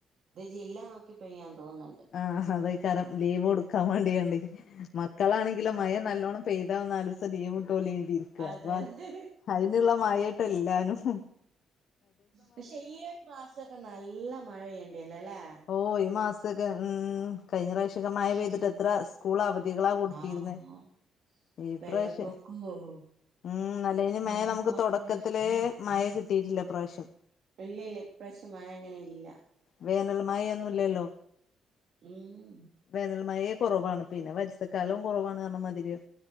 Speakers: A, on the right; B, on the left.
A: ഇത് ജില്ല പെയ്യാൻ തോന്നുന്നുണ്ട്
B: ആഹ് അത കാരം ലീവ് കൊടുക്കാൻ വേണ്ടിയണ്ടേ മ മക്കളാന്നെങ്കില് മഴ നല്ലോണ്ണം പെയ്താവുന്ന ആ നാല് ദിവസം ലീവ് കിട്ടൂലോ നീ കരുതിയിരിക്കുക
A: അതെ
B: അപ്പൊ
A: അതെ
B: അതിനുള്ള മഴ ഇപ്പല്ലാനും
A: പക്ഷെ ഈ ഒരു മാസക്കെ നല്ല മഴ പെയ്യേണ്ടല്ല ല്ലേ
B: ഓഹ് ഈ മാസൊക്കെ ഉമ് കഴിഞ്ഞ പ്രാവശ്യക്കെ മഴ
A: പക്ഷെ
B: പെയ്തിട്ട് എത്ര സ്കൂൾ അവധി ആവതികളാ കൊടുത്തിരുന്നെ
A: ആഹ്
B: ഈ
A: വെള്ളപ്പൊക്കവും
B: പ്രാവശ്യം ഉമ് അല്ലേൽ മെ
A: ഉരുൾപൊട്ടലും
B: നമുക്ക് തുടക്കത്തിലെ മഴ കിട്ടിയിട്ടില്ല ഇ പ്രാശ്യം
A: ഇല്ല ഇല്ല ഇപ്രാവിശ്യം മഴ അങ്ങനെ ഇല്ല
B: വേനൽ മഴ ഒന്നും ല്ലല്ലോ
A: ഉമ്
B: വേനൽ മഴയെ കുറവാണ് പിന്നെ വരിസ ക്കാലവും കുറവാണ് പറഞ്ഞ മതിരിം